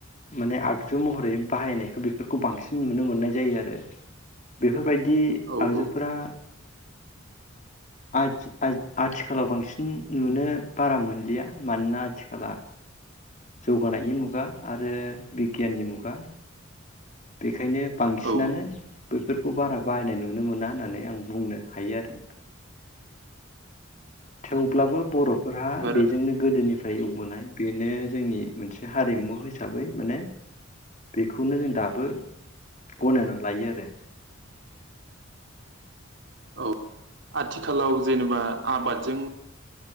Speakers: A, on the left; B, on the right.
A: माने आग जु महरै बाहायनायखौ बेफोरखौ बांसिन नुनो मोननाय जायो आरो। बेफोरबायदि
B: औ
A: आगजुफोरा
B: औ
A: आथि-आ-आथिखालाव बांसिन नुनो बारा मोनलिया मानोना आथिखला जौगानायनि मुगा आरो गियाननि मुगा। बेखायनो बांसिनानो
B: औ
A: बैफोर खौ बारा बाहायनाय नुनो मोना होननानै आं बुंनो हायो आरो नोंथां। थेवब्लाबो बर'फोरहा
B: आरो
A: बेजोंनो गोदोनि फ्राय एवबोनाय बेनो जोंनि मोनसे हारिमु हिसाबै माने बेखौनो जों दाब बो गनायनानै लायो आरो।
B: औ आथिखालाव जेनेबा आबादजों